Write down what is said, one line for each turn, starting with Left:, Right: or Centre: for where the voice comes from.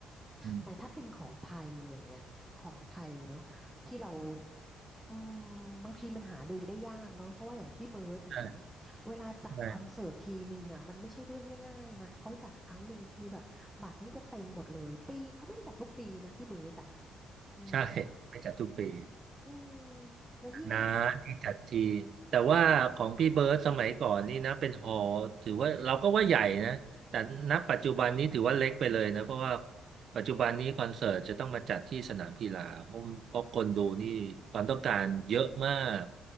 Right: อืม
Centre: แต่ถ้าเป็นของไทยอย่างเงี้ยของไทยเนาะที่เราอืมบางทีมันหาดูได้ยากเนาะเพราะว่าอย่างพี่เบิร์ดอย่างเงี้ย
Right: ใช่
Centre: เวลาจัดคอนเสิร์ตทีหนึ่งอ่ะมันไม่ใช่เรื่องง่ายๆนะเขาจัดครั้งหนึ่งคือแบบบัตรนี่ก็เต็มหมดเลยปีเขาไม่ได้จัดทุกปีนะพี่เบิร์ดอ่ะ
Right: ใช่
Centre: อืม
Right: ใช่ไปจัดทุกปี
Centre: อืมแล้วยิ่ง
Right: นะที่จัดทีแต่ว่าของพี่เบิร์ดสมัยก่อนนี่นะเป็นหอถือว่าเราก็ว่าใหญ่นะแต่ณปัจจุบันนี้ถือว่าเล็กไปเลยนะเพราะว่าปัจจุบันนี้คอนเสิร์ตจะต้องมาจัดที่สนามกีฬาเพราะเพราะคนดูนี่ความต้องการเยอะมาก